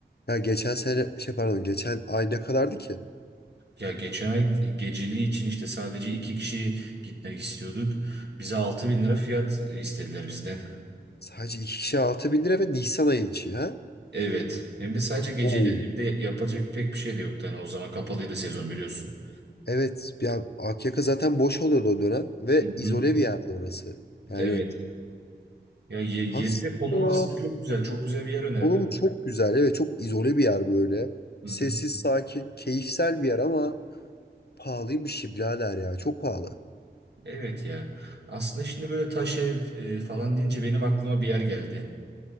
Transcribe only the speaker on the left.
Ya geçen sene şey pardon geçen ay ne kadardı ki?
Sadece 2 kişi altı bin lira ve Nisan ayın içi ha?
Oo.
Evet ya Akyaka zaten boş oluyordu o dönem ve
izole
bir yerde orası. Yani
aslında
Konumu çok güzel. ve çok izole bir yer böyle.
Sessiz,
sakin, keyifsel bir yer ama pahalıymış ya birader ya. Çok pahalı.